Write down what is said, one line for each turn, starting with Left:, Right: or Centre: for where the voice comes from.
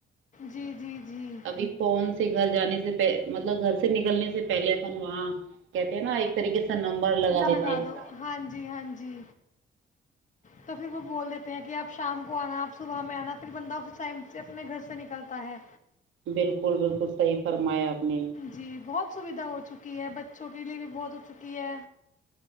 Left: جی جی جی
Right: ابھی فون سے گھر جانے سے مطلب گھر سے نکلنے سے پہلے اپن وہاں کہتے ہیں نا ایک طریقے سےا نمبر لگا دیتے
Left: ر
Right: ہیں۔
Left: دو ہاں جی ہاں جی تو پھر وہ بول دیتے ہیں کہ آپ شام کو آنا آپ صبح میں آنا پھر بندہ اس ٹائم سے اپنے گھر سے نکلتا ہے
Right: بالکل بالکل صحیح فرمایا نے
Left: جی بہت سویدھا ہو چکی ہے ب چوکیلی بھی بہت ہو چکی ہے